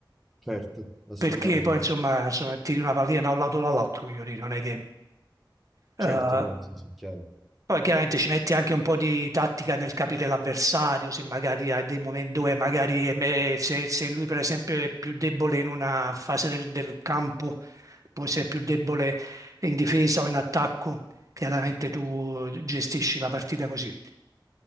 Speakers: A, in the centre; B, on the right.
A: Certo, assolutamente.
B: perché poi insomma, insomma tiri una pallina da un lato o dall'altro, voglio dire, non è che...
A: Certo,
B: eh,
A: no, sì, sì, chiaro.
B: poi chiaramente ci metti anche un po' di tattica nel capire l'avversario, se magari hai dei momenti dove magari eh, se, se lui per esempio è più debole in una fase del, del campo, poi se è più debole in difesa o in attacco, chiaramente tu gestisci la partita così.